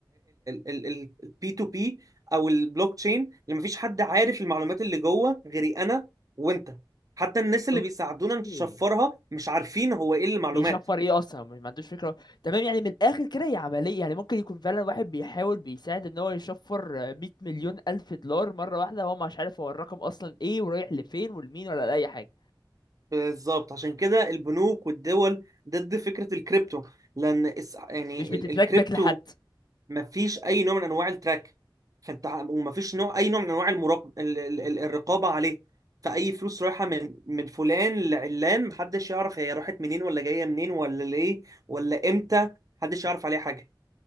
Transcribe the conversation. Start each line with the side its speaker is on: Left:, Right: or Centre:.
Right: البي تو بي او البلوك تشين لما فيش حد عارف المعلومات اللي جوه غيري انا وانت حتى الناس اللي
Left: اوكي
Right: بيساعدونا نشفرها مش عارفين هو ايه المعلومات
Left: بيشفر ايه اصلا مش ما عندوش فكره تمام يعني من الاخر كده هي عمليه يعني ممكن يكون فعلا واحد بيحاول بيساعد ان هو يشفر آه، 100 مليون الف دولار مره واحده هو مش عارف هو الرقم اصلا ايه ورايح لفين ولمين ولا لاي حاجه
Right: بالظبط عشان كده البنوك والدول ضد فكرة الكريبتو لان اس- يعني
Left: مش بتتراك
Right: ال- الكريبتو
Left: باك لحد
Right: مفيش اي نوع من انواع التراك فانت ع- ومفيش نوع اي نوع من انواع المراقب ال- ال- ال- الرقابة عليه فاي فلوس رايحة من من فلان لعلان محدش يعرف هي راحت منين ولا جاية منين ولا ليه ولا امتى محدش يعرف عليها حاجة